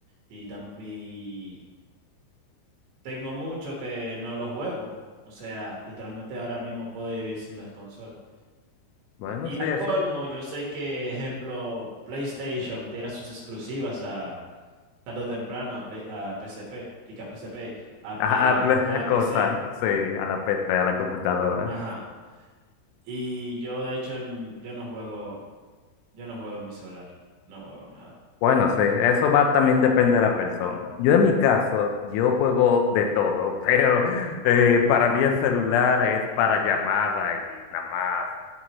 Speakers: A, on the right (about 65°); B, on the left (about 85°).
A: y, tam- y tengo mucho que no lo juego. O sea, literalmente ahora mismo puedo vivir sin las consolas.
B: Bueno,
A: Y
B: sí,
A: al
B: eso,
A: colmo, yo sé que, ejemplo, PlayStation tira sus exclusivas a tarde o temprano a, Play- a PSP, diga PSP, a, P-
B: A, a ple-
A: a la
B: a
A: PC.
B: cosas, <laughs> sí, a la PC, a la computadora.
A: Ajá. Y yo, de hecho, en- yo no juego, yo no juego en mi celular, no juego nada.
B: Bueno, sí, eso va también depende de la persona. Yo en mi caso, yo juego de todo, <laughs> pero eh, para mí el celular es para llamada y nada más